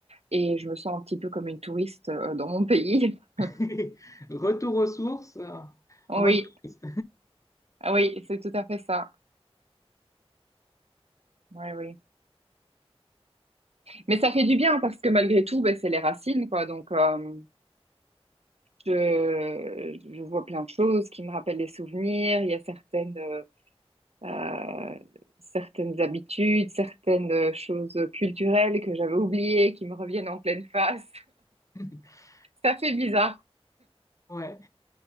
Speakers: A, on the right; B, on the left.
A: et je me sens un petit peu comme une touriste euh, dans mon pays. <laughs>
B: <laughs> Retour aux sources, euh,
A: Oui,
B: en mode touriste.
A: ah oui, c'est tout à fait ça. Oui, oui. Mais ça fait du bien parce que malgré tout, ben, c'est les racines, quoi. Donc, euh, Je, je vois plein de choses qui me rappellent les souvenirs. Il y a certaines, euh, euh, certaines habitudes, certaines euh, choses culturelles que j'avais oubliées qui me reviennent en pleine face.
B: <laughs>
A: <laughs> Ça fait bizarre.
B: Ouais.